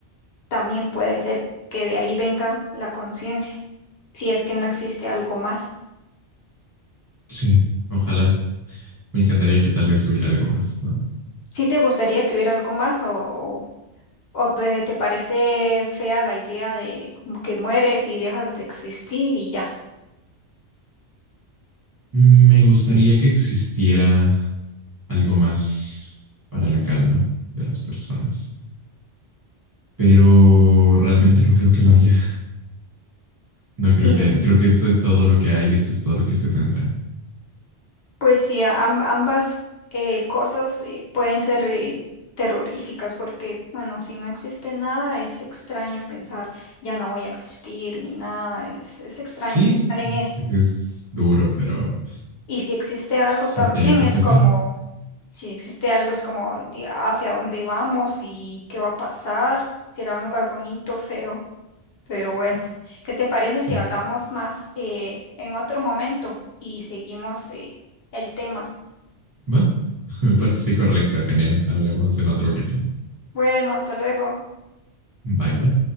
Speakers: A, on the left (about 60°); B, on the right (about 25°).
A: también puede ser que de ahí venga la conciencia, si es que no existe algo más.
B: Sí, ojalá. Me encantaría que tal vez hubiera algo más, ¿no?
A: si te gustaría que hubiera algo más o, o, o te, te parece fea la idea de que mueres y dejas de existir y ya?
B: Me gustaría que existiera algo más para la calma de las personas, pero realmente no creo que lo haya. No creo
A: Y
B: que, creo que esto es todo lo que hay, esto es todo lo que se tendrá.
A: pues sí, a- am- ambas eh, cosas eh, pueden ser eh, terroríficas porque, bueno, si no existe nada, es extraño pensar, ya no voy a existir ni nada, es, es extraño
B: Sí,
A: pensar en eso.
B: es duro, pero
A: Y si existe algo
B: se
A: también
B: tiene que
A: es
B: aceptar.
A: como, si existe algo es como de hacia dónde vamos y qué va a pasar, será un lugar bonito, feo, pero bueno, <laughs> ¿qué te parece
B: Sí,
A: si hablamos más eh, en otro momento y seguimos eh, el tema?
B: va. <laughs> Me parece correcto, genial. Hablemos en otra ocasión.
A: Bueno, hasta luego.
B: Bye bye.